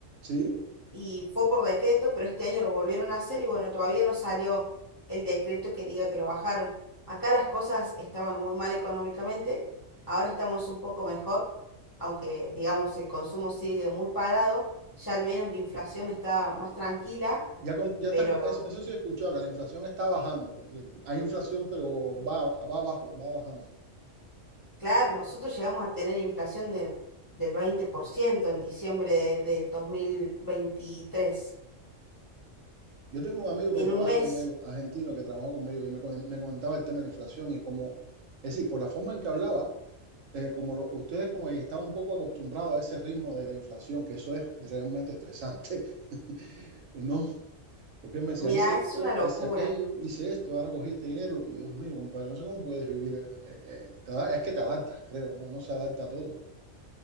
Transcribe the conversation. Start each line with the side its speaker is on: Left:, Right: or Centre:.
Right: Sí,
Left: y fue por decreto, pero este año lo volvieron a hacer y bueno, todavía no salió el decreto que diga que lo bajaron. Acá las cosas estaban muy mal económicamente, ahora estamos un poco mejor, aunque digamos el consumo sigue muy parado, ya al menos la inflación está más tranquila,
Right: ya, con- ya
Left: pero
Right: están, con- eso, eso sí he escuchado, que la inflación está bajando. Es decir, hay inflación, pero va, va abajo, va bajando.
Left: claro, nosotros llegamos a tener inflación de- del 20% en diciembre de- del 2023,
Right: Yo tengo un amigo
Left: en
Right: que trabaja
Left: un mes.
Right: conmigo, argentino, que trabaja conmigo y me, comen- me comentaba el tema de la inflación y como, es decir, por la forma en que hablaba, eh, como lo- ustedes como están un poco acostumbrados a ese ritmo de la inflación, que eso es realmente estresante, <laughs> ¿no? Porque él me decía,
Left: Mirá,
Right: hice
Left: es
Right: esto,
Left: una locura.
Right: hice aquello, hice esto, ahora cogí este dinero. Y Dios mío, compadre, no sé cómo puedes vivir. eh, eh, eh, te ada- es que te adaptas, creo, ¿no? Uno se adapta a todo.